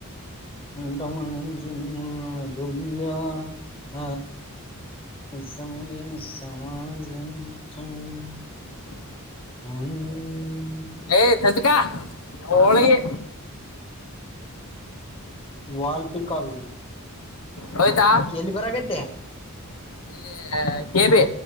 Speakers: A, on the left; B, on the left.
A: <unintelligible> ಹ ಸಮ <unintelligible>
B: <inaudible>
A: ಹ್ಮ <unintelligible>
B: ಏಯ್ ಸಚಿಕಾ ಒಳಿಗೆ
A: ವಾಲ್ಪಿಕಾಲ್
B: ಹಯ್ತಾ
A: ಎಲ್ಲಿ ಬರಗೈತೆ
B: ಇಲ್ಲಿ ಕೇಬಿ